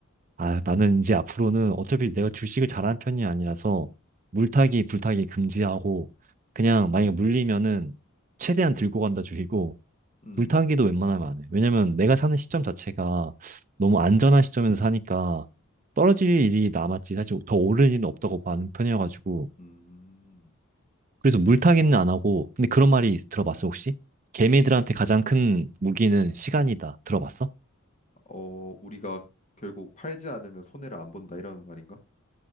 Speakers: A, on the right; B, on the left.
A: 아, 나는 이제 앞으로는 어차피 내가 주식을 잘하는 편이 아니라서 물타기, 불타기 금지하고 그냥 만약에 물리면은 최대한 들고 간다 주의고
B: 음,
A: 물타기도 웬만하면 안 해. 왜냐면 내가 사는 시점 자체가 너무 안전한 시점에서 사니까 떨어질 일이 남았지. 사실 더 오를 일은 없다고 보는 편이어가지고
B: 음.
A: 그래서 물타기는 안 하고, 근데 그런 말이 들어봤어, 혹시? 개미들한테 가장 큰 무기는 시간이다. 들어봤어?
B: 어, 우리가 결국 팔지 않으면 손해를 안 본다 이런 말인가?